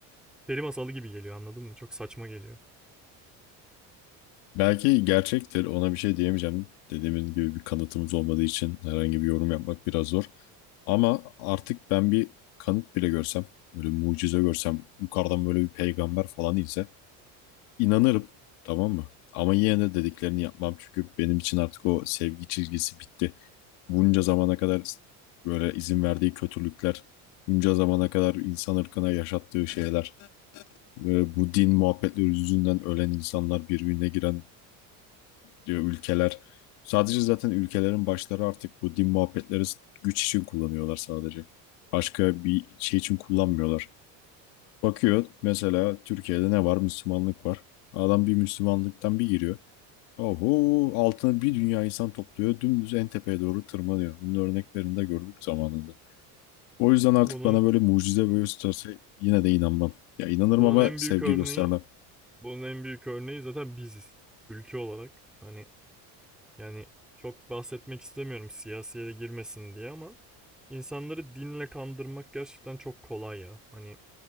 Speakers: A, in the centre; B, on the left.
A: peri masalı gibi geliyor anladın mı? Çok saçma geliyor.
B: Belki gerçektir ona bir şey diyemeyeceğim. Dediğimiz gibi bir kanıtımız olmadığı için herhangi bir yorum yapmak biraz zor. Ama artık ben bir kanıt bile görsem, böyle bir mucize görsem, yukarıdan böyle bir peygamber falan inse inanırım tamam mı? Ama yine de dediklerini yapmam çünkü benim için artık o sevgi çizgisi bitti. Bunca zamana kadar böyle izin verdiği kötülükler, bunca zamana kadar insan ırkına yaşattığı şeyler, ve bu din muhabbetleri yüzünden ölen insanlar, birbirine giren diyor ülkeler. Sadece zaten ülkelerin başları artık bu din muhabbetleri güç için kullanıyorlar sadece. Başka bir şey için kullanmıyorlar. Bakıyor mesela Türkiye'de ne var? Müslümanlık var. Adam bir Müslümanlıktan bir giriyor. Oho altına bir dünya insan topluyor. Dümdüz en tepeye doğru tırmanıyor. Bunun örneklerini de gördük zamanında. O yüzden artık
A: Bunun
B: bana böyle mucize böyle tutarsa yine de inanmam. Ya inanırım
A: bunun
B: ama
A: en
B: sevgi
A: büyük örneği
B: göstermem.
A: bunun en büyük örneği zaten biziz. Ülke olarak. Hani yani çok bahsetmek istemiyorum siyasiye de girmesin diye ama insanları dinle kandırmak gerçekten çok kolay ya. Hani